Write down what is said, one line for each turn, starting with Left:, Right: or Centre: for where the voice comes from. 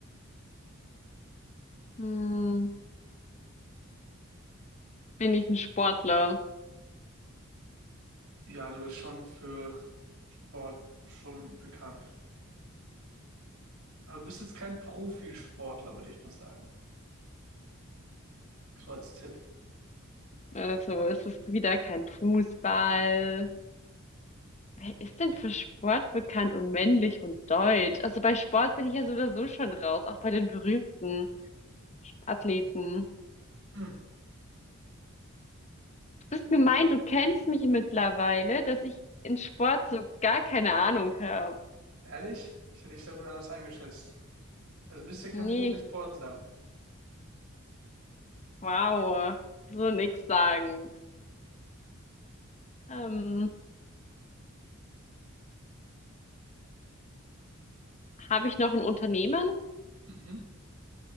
Left: Hm, bin ich ein Sportler.
Right: Ja, du bist schon für Sport schon bekannt. Aber du bist jetzt kein Profisportler, würde ich mal sagen. So als Tipp.
Left: Also es ist wieder kein Fußball. Wer ist denn für Sport bekannt und männlich und deutsch? Also bei Sport bin ich ja so oder so schon raus, auch bei den berühmten Athleten.
Right: Hm,
Left: Du bist gemein, du kennst mich mittlerweile, dass ich in Sport so gar keine Ahnung habe.
Right: ehrlich? Ich hätte dich da anders eingeschätzt. Also du bist ja kein
Left: Nicht,
Right: Profisportler.
Left: wow, so nix sagend. Ähm, habe ich noch einen Unternehmen?
Right: Mhm.